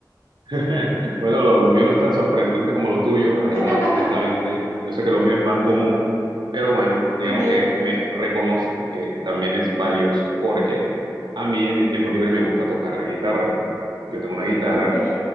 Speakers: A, on the right; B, on the left.
A: <laughs> Bueno, lo, lo mío no es tan sorprendente como lo tuyo, la verdad,
B: <laughs>
A: honestamente. Yo sé que lo mío es más común, pero bueno, digamos
B: Ok,
A: que me reconozco que también es valioso, porque a mí en mis tiempos libres me gusta tocar la guitarra. Yo tengo una guitarra
B: ok.